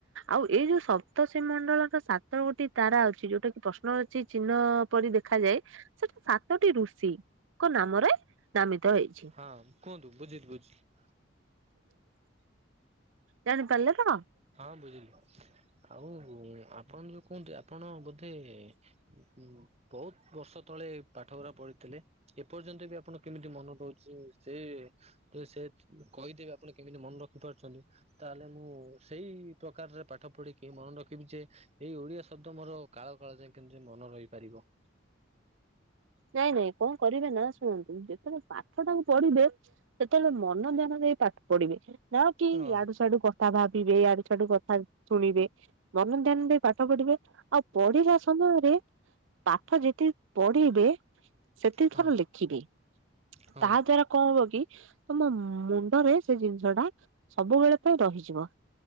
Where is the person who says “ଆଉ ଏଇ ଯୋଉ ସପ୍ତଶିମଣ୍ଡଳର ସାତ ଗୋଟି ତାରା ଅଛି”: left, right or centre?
Right